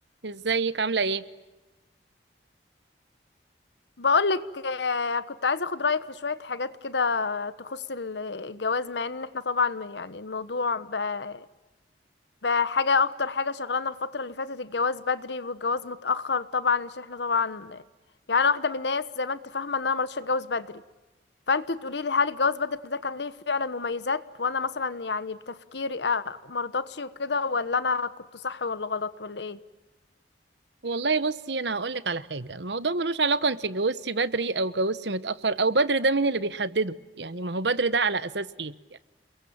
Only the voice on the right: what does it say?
ازيك عاملة ايه؟
والله بصي انا هقولك على حاجة الموضوع ملوش علاقة انت اتجوزتي بدري او اتجوزتي متأخر او بدري ده مين اللي بيحدده؟ يعني ما هو بدري ده على اساس ايه؟ يعني